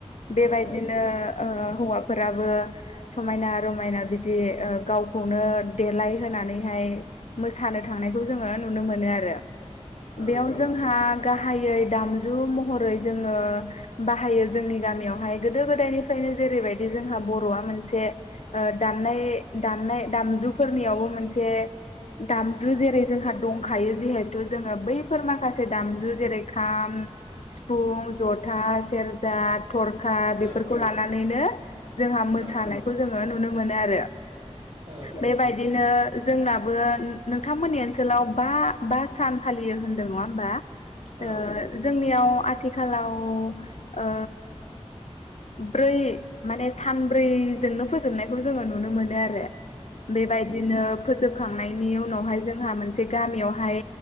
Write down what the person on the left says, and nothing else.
बेबायदिनो
ओ हौवाफोराबो समायना रमायना बिदि गावखौनो देलाय होनानैहाय मोसानो थां नायखौ जोङो नुनो मोनो आरो।
बेयाव जोंहा
गाहायै दामजु महरै जोङो बाहायो जोंनि गामियावहाय गोदो गोदाय निफ्रायनो जेरैबायदि जोंहा बर'आ मोनसे ओ दामनाय दामनाय दामजुफोरनियाव औ मोनसे दामजु जेरै जोंहा दंखायो जिहेतु जोङो बैफोर मा माखासे दामजु जेरै खाम सिफुं जथा सेरजा थरखा बेफोरखौ
लानानैनो जोंहा मोसानायखौ
जोङो नुनो मोनो आरो।
बेबायदिनो
जोंनाबो नोंथांमोननि ओनसोलाव बा -बा सान फालियो होनदों नङा होमबा?
ओ
जोंनियाव आथिखालाव ओ ब्रै माने सानब्रैजोंनो फोजोबनायखौ जोङो नुनो मोनो आरो। बेबायदिनो फोजोब खांनायनि उनावहाय जोंहा मोनसे गामियावहाय